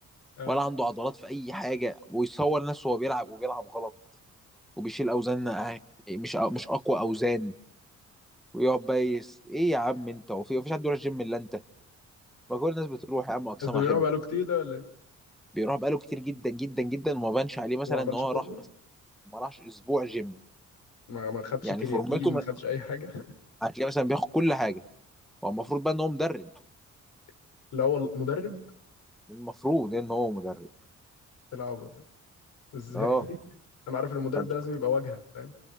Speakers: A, on the left; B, in the centre.
A: اه
B: ولا عنده عضلات في اي حاجه ويصور نفسه وهو بيلعب وبيلعب غلط وبيشيل اوزان أه- مش مش اقوى اوزان ويقعد بقى يس ايه يا عم انت وفي مفيش حد بيروح الجيم الا انت ما كل الناس بتروح يا عم اجسامها
A: بس ده بيروح
B: حلو
A: بقاله كتير ده ولا ايه
B: بيروح بقاله كتير جدا جدا جدا وما بانش عليه مثلا
A: وما عملش
B: ان هو
A: فورمه
B: راح بس ما راحش اسبوع جيم
A: ما ما خدش
B: يعني
A: كرياتين
B: فورمته
A: ما
B: ما-
A: خدش اي حاجه
B: هتلاقيه مثلا بياخد كل حاجه هو المفروض بقى ان هو مدرب
A: <laughs> لا هو مدرب
B: المفروض ان هو مدرب
A: العوض ده ازاي
B: اه
A: <laughs> انا عارف إن المدرب
B: فانت
A: ده لازم
B: بت-
A: يبقى واجهه فاهم